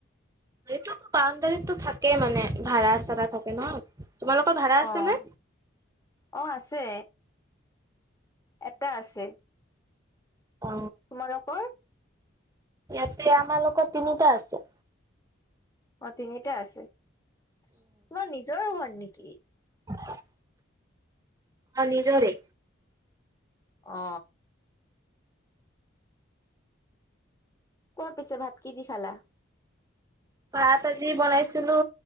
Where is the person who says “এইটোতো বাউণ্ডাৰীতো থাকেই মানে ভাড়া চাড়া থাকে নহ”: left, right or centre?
Right